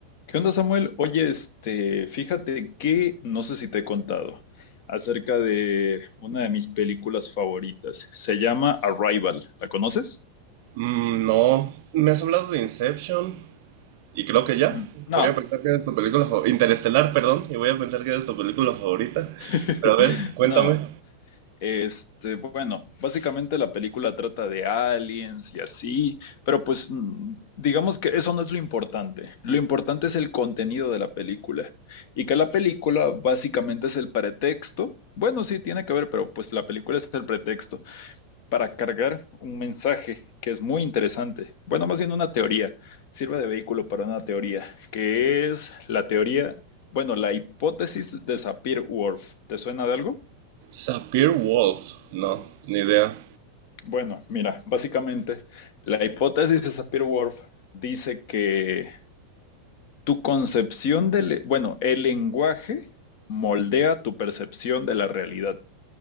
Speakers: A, on the left (about 45°); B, on the right (about 50°).
A: ¿Qué onda, Samuel? Oye, este, fíjate que no sé si te he contado acerca de una de mis películas favoritas. Se llama Arrival. ¿La conoces?
B: Mm, no, me has hablado de Inception y creo que ya.
A: Mm, No,
B: Voy a pensar que es tu película favorita. Interestelar, perdón, y voy a pensar que es tu película favorita.
A: <laughs>
B: Pero a ver, cuéntame.
A: no. Este, bueno, básicamente la película trata de aliens y así, pero pues mm, digamos que eso no es lo importante. Lo importante es el contenido de la película y que la película básicamente es el pretexto. Bueno, sí, tiene que ver, pero pues la película es el pretexto para cargar un mensaje que es muy interesante. Bueno, más bien una teoría. Sirve de vehículo para una teoría, que es la teoría, bueno, la hipótesis de Sapir-Whorf. ¿Te suena de algo?
B: Sapir Wolf. No, ni idea.
A: Bueno, mira, básicamente la hipótesis de Sapir-Whorf dice que tu concepción del, bueno, el lenguaje moldea tu percepción de la realidad.